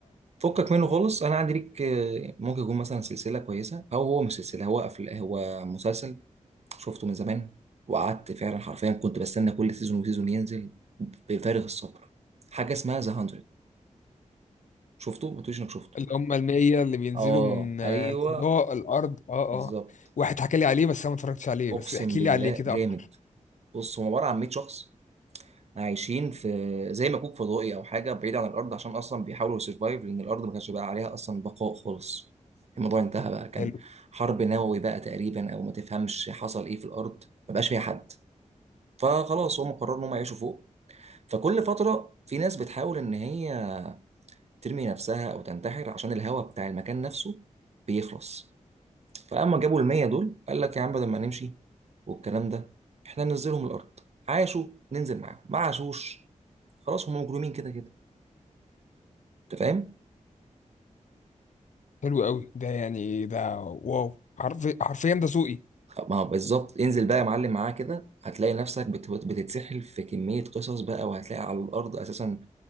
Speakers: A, on the right; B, on the left.
A: فكك منه خالص انا عندي ليك آه، ممكن يكون مثلا سلسلة كويسة او هو مش سلسلة هو أفل... هو مسلسل شفته من زمان وقعدت فعلا حرفيا كنت بستنى كل سيزون وسيزون ينزل بفارغ الصبر حاجة اسمها ذا 100 شفته ما تقوليش انك شفته
B: اللي هم المية اللي بينزلوا
A: اه
B: من آه،
A: ايوه
B: الفضاء الأرض اه
A: بالظبط
B: اه واحد حكى لي عليه بس أنا ما اتفرجتش عليه
A: اقسم
B: بس احكي
A: بالله
B: لي عليه كده
A: جامد
B: أكتر
A: بص هو عبارة عن 100 شخص عايشين في زي مكوك فضائي او حاجه بعيد عن الارض عشان اصلا بيحاولوا يسرفايف لان الارض ما كانش بقى عليها اصلا بقاء خالص الموضوع انتهى بقى كان
B: حلو
A: حرب نووي بقى تقريبا او ما تفهمش حصل ايه في الارض ما بقاش فيها حد فخلاص هم قرروا ان هم يعيشوا فوق فكل فتره في ناس بتحاول ان هي ترمي نفسها او تنتحر عشان الهواء بتاع المكان نفسه بيخلص فلما جابوا المية دول قال لك يا عم بدل ما نمشي والكلام ده احنا ننزلهم الارض عاشوا ننزل معاهم ما عاشوش خلاص هم مجرمين كده كده انت فاهم
B: حلو قوي ده يعني ده واو حرفي حرفيا ده ذوقي
A: ما هو بالظبط انزل بقى يا معلم معاه كده هتلاقي نفسك بت- بتتسحل في كمية قصص بقى وهتلاقي على الأرض أساسا